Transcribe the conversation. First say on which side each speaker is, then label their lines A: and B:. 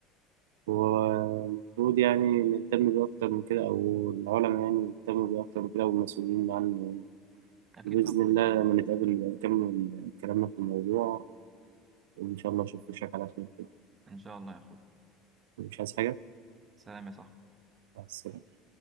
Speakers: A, on the right (about 85°); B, on the right (about 30°).
A: والمفروض يعني نهتم بيه أكتر من كده أو العلماء يعني يهتموا بيه أكتر من كده والمسؤولين عنه
B: أكيد
A: وبإذن
B: طب
A: الله لما نتقابل نبقى نكمل كلامنا في الموضوع إن شاء الله أشوف وشك على خير كده
B: إن شاء الله يا أخويا
A: مش عايز حاجة
B: سلام يا صاحبي
A: مع السلامة.